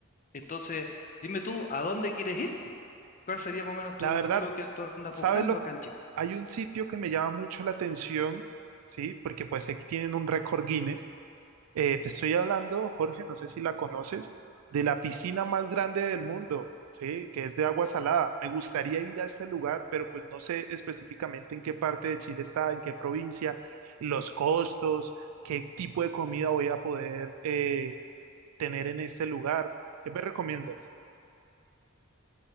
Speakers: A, on the left; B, on the right.
A: Entonces, dime tú, ¿a dónde quieres ir? ¿Cuál sería más o menos tu,
B: La verdad,
A: qué es lo que tú andas
B: ¿sabes
A: buscando
B: lo?
A: acá en Chile?
B: Hay un sitio que me llama mucho la atención, ¿sí? Porque pues aquí tienen un récord Guinness Eh, te estoy hablando, Jorge, no sé si la conoces, de la piscina más grande del mundo, ¿sí? Que es de agua salada. Me gustaría ir a este lugar, pero pues no sé específicamente en qué parte de Chile está, en qué provincia, los costos, qué tipo de comida voy a poder eh, tener en este lugar. ¿Qué me recomiendas?